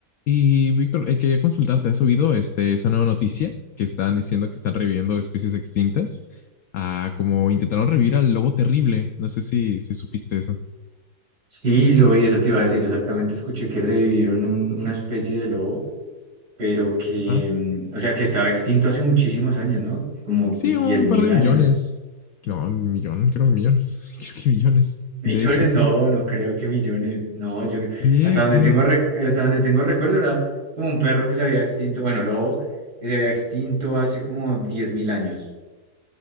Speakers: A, on the left; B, on the right.
A: Y Víctor, eh, quería consultarte, ¿has oído este, esa nueva noticia que están diciendo que están reviviendo especies extintas? Ah, como intentaron revivir al lobo terrible. No sé si, si supiste eso.
B: Sí, lo vi, eso te iba a decir, exactamente escuché que revivieron un- una especie de lobo, pero que,
A: Ajá.
B: mm, o sea, que estaba extinto hace muchísimos años, ¿no? Como
A: Sí,
B: diez
A: un
B: mil
A: par de millones.
B: años.
A: No, un millón, creo que millones. <laughs> Creo que millones.
B: <laughs> Millones,
A: De hecho,
B: no, no creo que millones, no, yo
A: creía
B: hasta donde
A: que
B: tengo rec- hasta donde tengo recuerdo era como un perro que se había extinto, bueno, lobo que se había extinto hace como diez mil años.